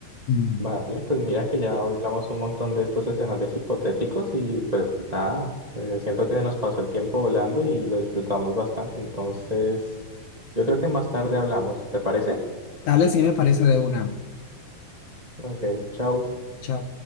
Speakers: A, on the left (about 70°); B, on the right (about 20°).
A: Mm.
B: Vale, pues mira que ya hablamos un montón de estos escenarios hipotéticos y pues nada, eh, siento que se nos pasó el tiempo volando y lo disfrutamos bastante, entonces yo creo que más tarde hablamos, ¿te parece?
A: Dale, sí me parece de una.
B: Ok, chao.
A: Chao.